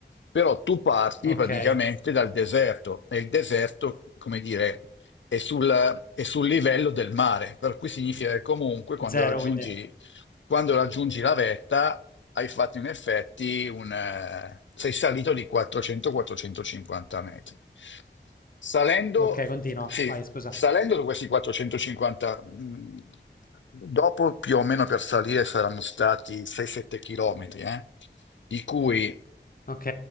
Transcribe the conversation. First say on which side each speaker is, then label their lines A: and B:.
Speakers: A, on the left (about 85°); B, on the left (about 50°).
A: Però tu parti
B: Ok.
A: praticamente dal deserto e il deserto, come dire, è sul, è sul livello del mare, per cui significa che comunque quando
B: Zero,
A: raggiungi,
B: quindi.
A: quando raggiungi la vetta hai fatto in effetti un... eh, sei salito di 400-450 metri. Salendo,
B: Ok, continua.
A: sì,
B: Vai, scusa.
A: salendo da questi 450, mh, dopo più o meno per salire saranno stati 6-7 chilometri, eh? di cui
B: Ok.